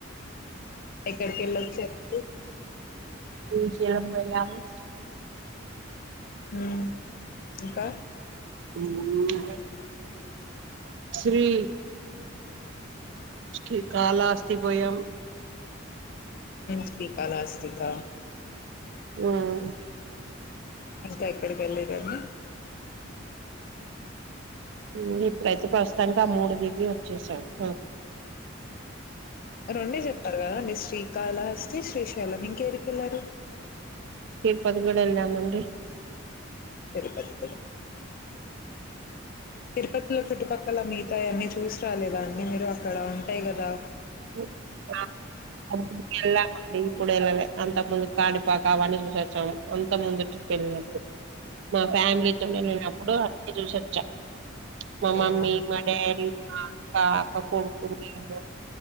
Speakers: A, on the left (about 45°); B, on the right (about 65°).
A: ఎక్కడికి వెళ్ళొచ్చారండి
B: శ్రీశైలం పొయ్యాము
A: హ్మ్ ఇంకా
B: హ్మ్ శ్రీ సి కాళహస్తి పొయ్యాం
A: శ్రీకాళహస్తికా
B: ఉమ్
A: ఇంకా ఎక్కడికి వెళ్ళలేదాండి
B: హ్మ్ ఇప్పుడైతే ఫస్ట్ <unintelligible> మూడు దిగి వచ్చేసాం హూ
A: రెండే చెప్ చెప్పారు కదండి శ్రీకాళహస్తి శ్రీశైలం ఇంకేడికి వెళ్ళారు
B: తిరుపతి కూడా వెళ్ళామండి
A: తిరుపతి తిరుపతిలో చుట్టుపక్ పక్కల మిగతాయి అన్నీ చూసి రాలేదా అండి మీరు అక్కడ ఉంటాయి గదా
B: <inaudible> ఇప్పుడు వెళ్ళలే అంత ముందు కానీపాకా అవన్నీ చూసి వచ్చాము అంత ముందు ట్రిప్ వెళ్ళినప్పుడు మా ఫ్యామిలీతోని వెళ్ళినప్పుడు అన్ని చూసి వచ్చా మా మమ్మీ
A: అవును.
B: మా డాడీ మా అక్క అక్క కొడుకు నేను